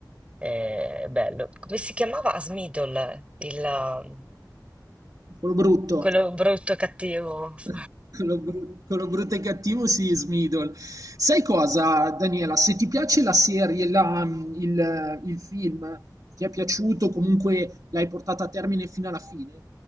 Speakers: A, on the right (about 15°); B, on the right (about 55°).
A: Eh, bello. Come si chiamava? Asmidol, il, um,
B: quello brutto.
A: quello brutto e cattivo. <laughs>
B: <laughs> Con lo, bru- con lo brutto e cattivo si Smeagol. Sai cosa, Daniela? Se ti piace la serie, la- mm, il, eh, il film, ti è piaciuto, comunque l'hai portata a termine fino alla fine,